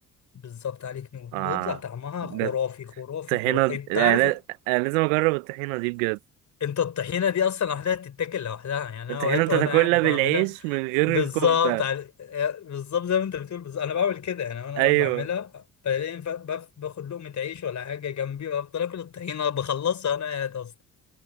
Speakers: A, on the left; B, on the right.
A: بالظبط عليك نور بيطلع
B: اه
A: طعمها
B: ده
A: خرافي خرافي
B: الطحينة
A: خرافي
B: د-
A: انت
B: انا
A: عارف
B: انا لازم اجرب الطحينة دي بجد
A: انت الطحينة دي اصلا لوحدها تتاكل لوحدها يعني انا
B: الطحينة
A: اوقات
B: انت
A: وانا
B: تاكلها
A: قاعد
B: بالعيش
A: بعملها
B: من غير
A: بالظبط
B: الكفتة
A: على... بالظبط زي ما انت بتقول بالظبط انا بعمل كده يعني انا
B: ايوه
A: قاعد بعملها بعدين ف- بف- باخد لقمة عيش ولا حاجة جنبي وافضل اكل الطحينة بخلصها وانا قاعد اصلا